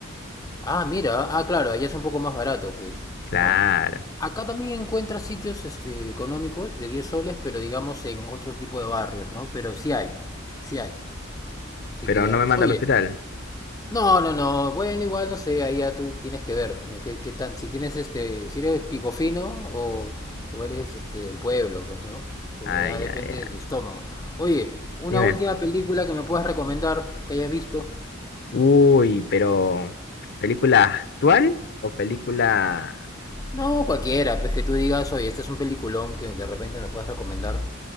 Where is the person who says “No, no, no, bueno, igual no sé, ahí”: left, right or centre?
Left